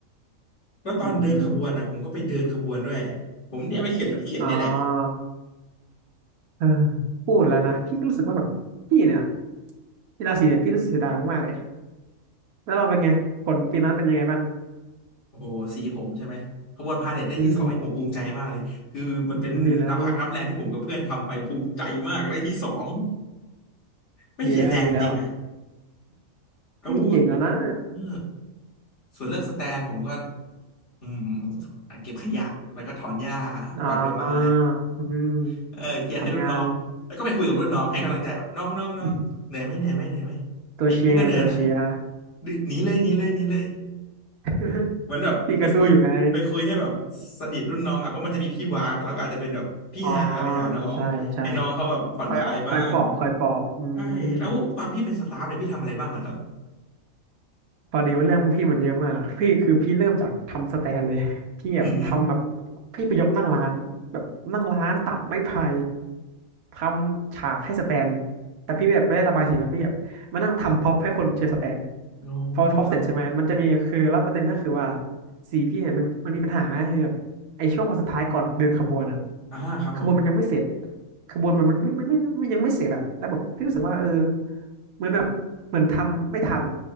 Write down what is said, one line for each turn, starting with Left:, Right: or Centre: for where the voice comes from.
Right: ำอืมอืม
Left: แล้วตอนเดินขบวนอะผมก็ไปเดินขบวนด้วยผมเนี่ยไปเข็นรถเข็นเนี่ยแหละ
Right: อ่าเออพูดแล้วนะพี่ก็รู้สึกว่าแบบพี่เนี่ยกีฬาสีเนี่ยพี่รู้สึกเสียดายมากๆเลยแล้วเราเป็นไงผลปีนั้นเป็นยังไงบ้าง
Left: โอ้โหสีผมใช่ไหมขบวนพาเหรดได้ที่สองที่ผมภูมิใจมากเลยคือมันเป็นน้ำพักน้ำแรงที่ผมกับเพื่อนทำไปภูมิใจมากได้ที่สอง
Right: อืม อืมดีแล้ว
Left: ไม่เสียแรงจริงๆอะ
Right: ดีแล้วดีแล้ว
Left: แล้ว
Right: เฮ้ยเก่งแล้วนะ
Left: เออส่วนเรื่องสแตนผมก็อืมเก็บขยะแล้วก็ถอนหญ้ากวาดใบไม้
Right: อ่าอืม
Left: <laughs> เออเคลียร์ให้รุ่นน้องแล้วก็ไปคุยกับรุ่นน้องให้กำลังใจแบบน้องน้องน้องเหนื่อยไหมเหนื่อยไหมเหนื่อยไหม
Right: ทำงานอืม <laughs> ตัวเชียร์ไงตัวเชียร์
Left: ปีพี่ก็เหนื่อยนะดือหนีเลยหนีเลยหนีเลย
Right: <laughs>
Left: เหมือนแบบไปคุยไปคุยให้แบบ
Right: พี่ก็สู้อยู่ไง
Left: สนิทรุ่นน้องอ่ะเพราะมันจะมีพี่วากแล้วก็อาจจะเป็นแบบพี่ฮาไปหาน้องให้น้องเขาแบบผ่อนคลายบ้าง
Right: อ๋อใช่ใช่คอยคอยปลอบคอยปลอบอืม
Left: ใช่แล้วตอนพี่เป็นสตาฟเนี่ยพี่ทำอะไรบ้างล่ะครับ
Right: พอดีว่าเรื่องพี่มันเยอะมากพี่คือพี่เริ่มจากทำสแตนเลยพี่แบบทำแบบ
Left: อืม
Right: พี่ไปยกนั่งร้านแบบนั่งร้านตัดไม้ไผ่ทำฉากให้สแตนแต่พี่แบบไม่ได้ระบายสีนะพี่แบบมานั่งทำพ็อปให้คนเชียร์สแตน
Left: โอ้
Right: พอพ็อปเสร็จใช่ไหมมันจะมีคือแล้วประเด็นก็คือว่า
Left: ครับ
Right: สีพี่เนี่ยมันมันมีปัญหาคือแบบไอ้ช่วงวันสุดท้ายก่อนเดินขบวนอะ
Left: อ่าครับผม
Right: ขบวนมันยังไม่เสร็จ
Left: <laughs>
Right: ขบวนมันมันไม่ไม่ไม่ไม่ยังไม่เสร็จอะแล้วแบบพี่รู้สึกว่าเออเหมือนแบบเหมือนทำไม่ทัน